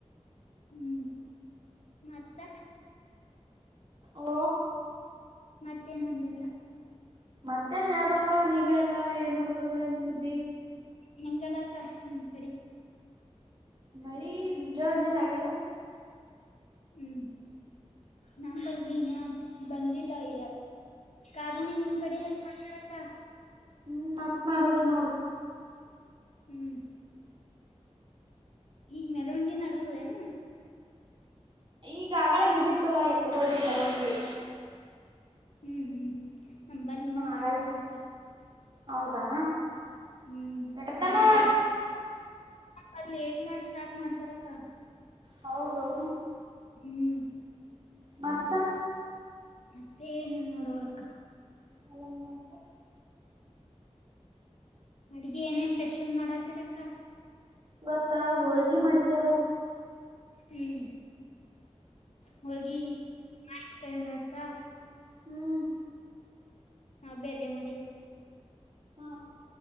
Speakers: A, on the left; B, on the right.
A: ಹ್ಮ್ ಮತ್ತ
B: ಓ
A: ಮತ್ತೇನಂದಲ್ಲ
B: ಮತ್ತೇನ್ ಹೇಳ್ಬೇಕವ ನೀವೇ ಎಲ್ಲಾ ಏನ್ ನಡಬದ ಏನ್ ಸುದ್ದಿ
A: ಹೆಂಗದಾಕ್ಕ ನಿನ್ ಕಡೆ
B: ಮಳಿ ಮುಜ ಹಂಜರ ಆಗದ
A: ಹ್ಮ್, ನಮ ಬರ್ದಿ ಇನ್ನ ಬಂದಿಲ್ಲ ಇಲ್ಲ, ಕಾರುಣ್ಣಿವಿ ನಿಮ್ ಕಡೆ ಹೆಂಗೆಮಾಡ್ತರಕ್ಕಾ.
B: ಹ್ಮ್, ಮಸ್ತ್ ಮಾಡುದ್ರ ನೋಡು.
A: ಹ್ಮ್, ಈಗ್ ಮೆರವಣಿಗಿ ನಡದದೇನು,
B: ಈಗ ಆಗಲೇ ಮುಗಿತುವ ಎತ್ತುಗೋಳದ ಮೆ ರವಣಿಗೆ.
A: ಹ್ಮ್, ಹ್ಮ್ ನಂಬಲ್ಲಿ ನ್ನ ಮಾಡಕತರಕ್ಕ.
B: ಆಗಳೇ
A: -
B: ಹೌದಾ,
A: ಹ್ಮ್
B: ಇಟ್ತಾನ!,,
A: ಅಲ್ಲಿ ಲೇಟ್ ಮಾಡಿ ಸ್ಟಾರ್ಟ್ ಮಾಡ್ತಾರಕ್ಕ.
B: ಹೌದು.
A: ಹ್ಮ್,
B: ಮತ್ತಾ,,
A: ಮತ್ತೆ ಏನ್ಇಲ್ ನೋಡುವಕ್ಕ.
B: ಅಲ್ಲ ನ ಅಂತ <unintelligible>
A: ಅಡಿಗೆ ಏನೇನ್ ಸ್ಪೆಷಲ್ ಮಾಡಾತ್ತಿರಕ್ಕ.
B: ಇವತ್ತ ಹೋಳ್ಗಿ ಮಾಡಿದ್ಯೇವು.
A: ಹ್ಮ್, ಹೋಳ್ಗಿ ಆತಂ <unintelligible> ದ ರಸ
B: ಹ್ಮ್,
A: ಹಬ್ಬ ಎಲ್ಲಿ <unintelligible> ಬೇರೆ ಮಾಡಿ
B: ಹಾ,,